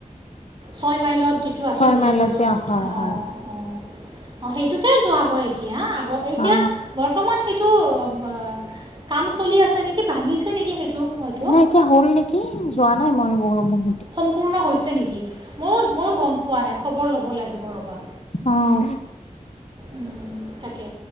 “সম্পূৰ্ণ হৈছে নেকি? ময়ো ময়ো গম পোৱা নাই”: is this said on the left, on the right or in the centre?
Right